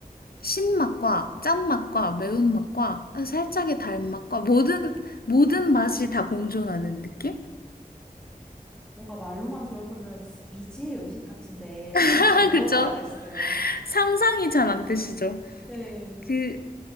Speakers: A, on the left; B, in the centre.
A: 신맛과 짠맛과 매운맛과 살짝의 달맛과 모든, 모든 맛이 다 공존하는 느낌?
B: 뭔가 말로만 들어서는 미지의 음식 같은데, 한번
A: <laughs>
B: 꼭 먹어봐야겠어요.
A: 그쵸? 상상이 잘 안 되시죠?
B: 네.
A: 그